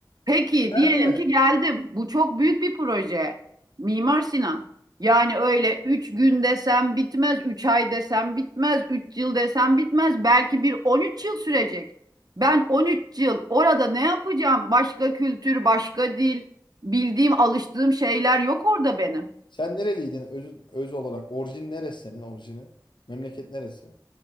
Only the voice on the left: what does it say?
Nerede?
Sen nereliydin öz, öz olarak? Orijin neresi senin orijinin? Memleket neresi?